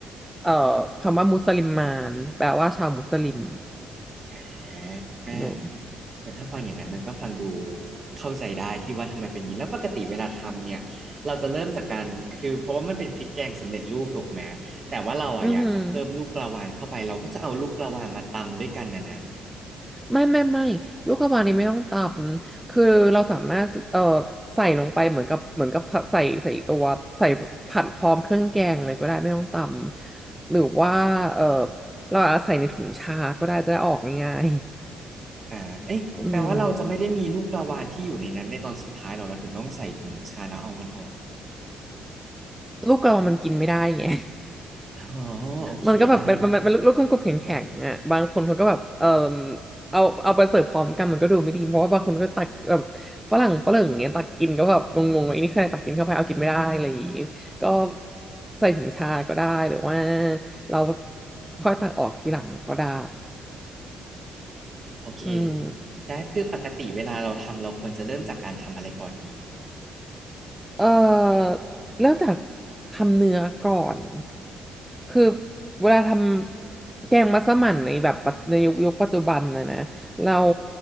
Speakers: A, in the centre; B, on the right.
A: เอ่อคำว่ามุสลิมมานแปลว่าชาวมุสลิม
B: อ่า
A: เนอะ
B: แต่ถ้าฟังอย่างนั้นมันก็ฟังดูเข้าใจได้ที่ว่าทำไมเป็นอย่างนี้แล้วปกติเวลาทำเนี่ยเราจะเริ่มจากการคือเพราะว่ามันเป็นพริกแกงสำเร็จรูปถูกไหมแต่ว่าเราอ่ะอยากจะเพิ่มลูกกระวานเข้าไปเราก็จะเอาลูกกระวานมาตำด้วยกันนะนะ
A: อือหือ ไม่ไม่ไม่ลูกกระวานนี้ไม่ต้องตำคือเราสามารถเอ่อใส่ลงไปเหมือนกับเหมือนกับใส่ใส่ใส่ตัวใส่ผัดพร้อมเครื่องแกงเลยก็ได้ไม่ต้องตำหรือว่าเอ่อเราอาจจะใส่ในถุงชาก็ได้จะได้ออกง่าย
B: อ่าเอ๊ะแปลว่าเราจะไม่ได้มีลูกกระวานที่อยู่ในนั้นในตอนสุดท้ายเราเราถึงต้องใส่ถุงชาแล้วเอามันออก
A: ๆอืมลูกกระวานมันกินไม่ได้ไง
B: อ๋อ โอเคได้
A: มันก็แบบมันมันมันลูกกลมๆแข็งๆอ่ะบางคนเขาก็แบบเออ
B: อาจารย์
A: เอาเอาไปเสิร์ฟพร้อมกันมันก็ดูไม่ดีเพราะว่าบางคนก็ตักแบบฝรั่งฝรั่งอย่างเงี้ยตักกินก็แบบงงๆไอ้นี่ใครตักกินเข้าไปเอากินไม่ได้อะไรอย่างงี้ก็ใส่ถุงชาก็ได้หรือว่าเราค่อยตักออกทีหลังก็ได้
B: โอเค
A: อืม
B: ได้คือปกติเวลาเราทำเราควรจะเริ่มจากการทำอะไรก่อนดี
A: เอ่อเริ่มจากทำเนื้อก่อนคือเวลาทำแกงมัสมั่นในแบบปัจในยุคยุคปัจจุบันนะนะเรา